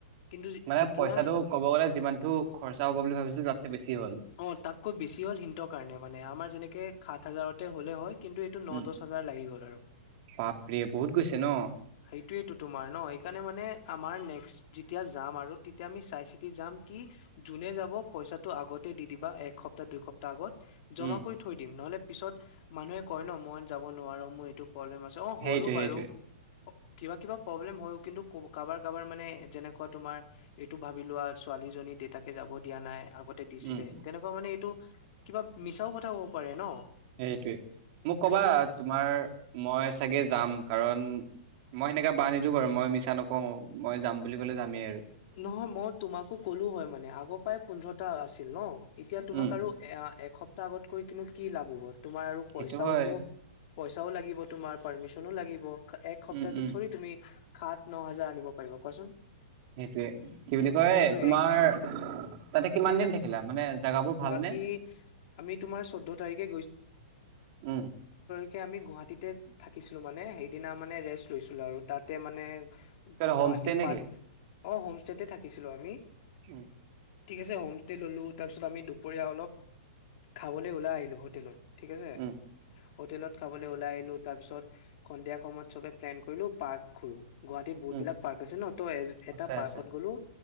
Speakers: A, on the left; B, on the right.
A: কিন্তু
B: মানে
A: যেতিয়া
B: পইচাটো ক'ব গ'লে যিমানটো খৰচা হ'ব বুলি ভাবিছিলো তাতছে বেছি হ'ল।
A: অ তাতকৈ বেছি হ'ল হিন্টৰ কাৰণে মানে আমাৰ যেনেকে সাত হাজাৰতে হ'লে হয়। কিন্তু এইটো ন
B: উম,
A: দচ হাজাৰ লাগি গল আৰু
B: বাপৰে বহুত গৈছে ন?
A: সেইটোৱেইটো তোমাৰ ন সেইকাৰণে মানে আমাৰ নেক্স যেতিয়া যাম আৰু তেতিয়া আমি চাই চিতি যাম কি যোনে যাব পইচাটো আগতে দি দিবা একসপ্তাহ দুইসপ্তাহ আগত। জমা
B: উম,
A: কৰি থৈ দিম নহলে। পিছত মানুহে কয় ন মই যাব নোৱাৰো মোৰ এইটো প্ৰব্লেম আছে অ'
B: সেইটোৱে
A: হয়ো বাৰু।
B: সেইটোৱে
A: কিবা-কিবা প্ৰব্লেম হয়ও কিন্তু ক'ব কাবাৰ-কাবাৰ মানে যেনেকুৱা তোমাৰ। এইটো ভাবি লোৱা ছোৱীজনী দেতাকে যাব। দিয়া নাই আগতে দিছিলে
B: উম,
A: তেনেকুৱা মানে এইটো কিবা মিছাও কথা। হব পাৰে ন।
B: সেইটোৱে মোক কবা
A: সেইটোয়েতো
B: তোমাৰ মই চাগে যাম। কাৰণ মই সেনেকৈ বা নিদিও বাৰু মই মিছা নকওঁ মই যাম বুলি ক'লে যামেই আৰু
A: নহয় মই তোমাকো কলো হয় মানে আগৰ পাই পোন্ধৰটা আছিল ন। এতিয়া তোমাক
B: উম,
A: আৰু এ এক এসপ্তাহ আগতকৈ কিন্তু কি লাভ হ'ব। তোমাৰ আৰু পইচাওতো
B: সেইটো হয়।
A: পইচাও লাগিব তোমাৰ পাৰ্মিশনো লাগিব। এক সপ্তাহটো
B: উম, উম,
A: থৰি তুমি সাত ন' হাজাৰ আনিব পাৰিব কোৱাচোন।
B: কি বুলি কয়
A: সেইটোয়ে
B: তোমাৰ তাতে কিমান
A: সেইকা
B: দিন থাকিলা মানে জেগাবোৰ ভালনে
A: বাকী আমি তোমাৰ চৈধ্য তাৰিখে
B: উম।
A: কে আমি গুৱাহাটীতে থাকিছিলো মানে সেইদিনা মানে ৰেষ্ট লৈছিলো আৰু তাতে মানে গুৱাহাটী
B: হোম ষ্টে নেকি?
A: পাৰ্ক অ' হোম ষ্টেতে থাকিছিলো আমি।
B: উম,
A: ঠিক আছে হোম ষ্টে ললো তাৰপিছত আমি দুপৰীয়া অলপ খাবলৈ ওলাই আহিলো হোটেলত। ঠিক আছে।
B: উম,
A: হোটেলত খাবলৈ ওলাই আহিলো তাৰ পিছত সন্ধিয়া সময়ত সবে প্লেন কৰিলো পাৰ্ক ঘুৰো। গুৱাহাটীত বহুত
B: উম,
A: বিলাক পাৰ্ক আছে ন ত এ এটা
B: আছে
A: পাৰ্কত
B: আছে
A: গ'লো